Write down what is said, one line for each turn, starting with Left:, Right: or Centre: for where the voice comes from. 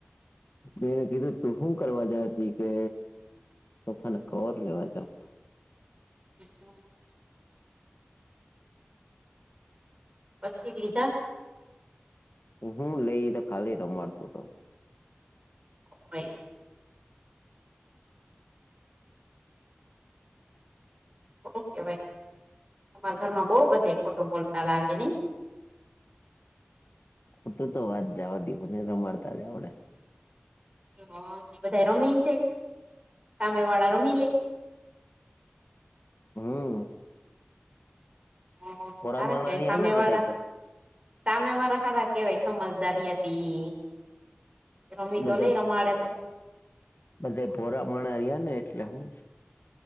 Left: મે કીધું તું હું કરવા જાય તી કે સોફા ના કવર લેવા જાવસ.
Right: <inaudible> પછી લીધા?
Left: હું લઈ તો ખાલી રમાડતો હતો.
Right: <inaudible> ઓકે ભાઈ તમારા ઘરમાં બોવ બધા એ ખોટું બોલતા લાગે નય?
Left: ખોટું તો વાત જાવા દયો મને રમાડતા જ આવડે.
Right: હ ઈ બધા રમી જાય, સામે વાળા રમી લે.
Left: હમ્મ.
Right: હ
Left: ભોરા
Right: હારા
Left: માણા
Right: કેવાય
Left: રહ્યા
Right: સામે
Left: ને બધા
Right: વારા. સામે વાળા હારા કેવાય સમજદારી અતી. રમી તો
Left: બધે
Right: નય રમાડે તો.
Left: બધે ભોરા માના આયા ને એટલે, હમ્મ.